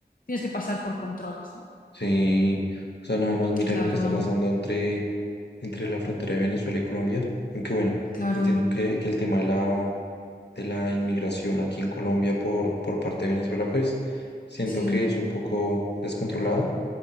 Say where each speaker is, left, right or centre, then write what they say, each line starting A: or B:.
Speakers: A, on the left; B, on the left.
A: tienes que pasar por controles, ¿no?
B: Sí, o sea, nada más mira
A: Claro,
B: lo que está pasando entre, entre la frontera de Venezuela y Colombia, aunque bueno,
A: claro,
B: entiendo que, que el tema de la, de la inmigración aquí en Colombia por, por parte de Venezuela, pues siento
A: sí,
B: que es un poco descontrolado,